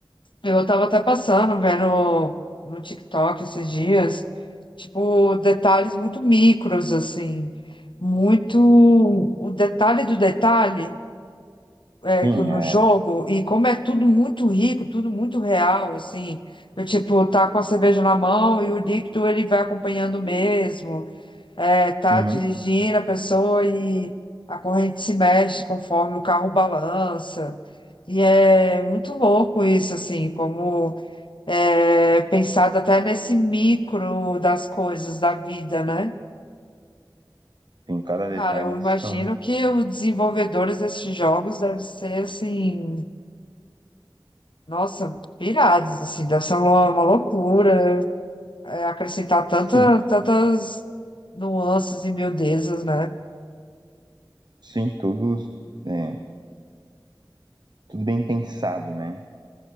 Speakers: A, on the left; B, on the right.
A: Eu tava até passando, vendo no TikTok esses dias, tipo, detalhes muito micros, assim, muito o detalhe do detalhe é,
B: Sim,
A: que no
B: é.
A: jogo, e como é tudo muito rico, tudo muito real, assim, eu, tipo, tá com a cerveja na mão e o líquido ele vai acompanhando mesmo, é, tá
B: Uhum.
A: dirigindo a pessoa e a corrente se mexe conforme o carro balança, e é muito louco isso, assim, como é, pensado até nesse micro das coisas da vida, né?
B: Em cada detalhe
A: Cara, eu
B: eles
A: imagino
B: estão
A: que os desenvolvedores desses jogos devem ser assim, nossa, pirados, assim, deve ser uma, uma loucura é, acrescentar tanta,
B: Sim,
A: tantas nuances e miudezas, né?
B: sim, todos, é, tudo bem pensado, né?